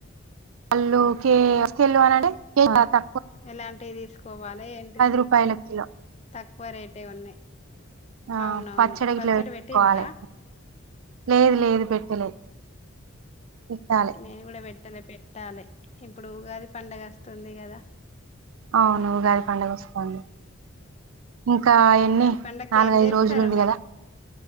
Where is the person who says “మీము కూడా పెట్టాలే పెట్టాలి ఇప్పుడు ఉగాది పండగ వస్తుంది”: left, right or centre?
Left